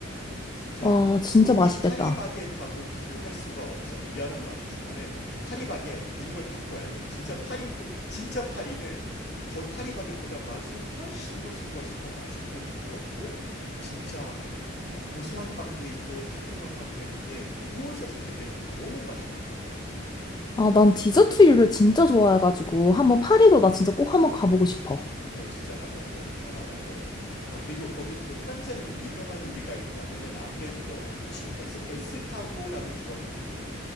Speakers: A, on the left (about 60°); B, on the left (about 20°).
A: 진짜
B: 와, 진짜
A: 여기
B: 맛있겠다.
A: 파리바게트하고 비교할 수가 없어. 미안한 말이지만은 파리바게트 이름을 바꿔야 돼. 진짜 파리 진짜 파리는 거의 파리바게트보다 맛이 훨씬 훨씬 훨씬 더 맛있고 부드럽고 진짜 어, 고소한 빵도 있고 달콤한 빵도 있는데 무엇을 선택해도 너무 맛있더라.
B: 아, 난 디저트류를 진짜 좋아해가지고 한번 파리도 나 진짜 꼭 한번 가보고 싶어.
A: 너 진짜 한번 꼭 가봐야 돼. 아, 그리고 거기 그 프랑스에는 유명한 요리가 있다면은 아무래도 너 혹시 에스, 에스카고라고 들어봤니?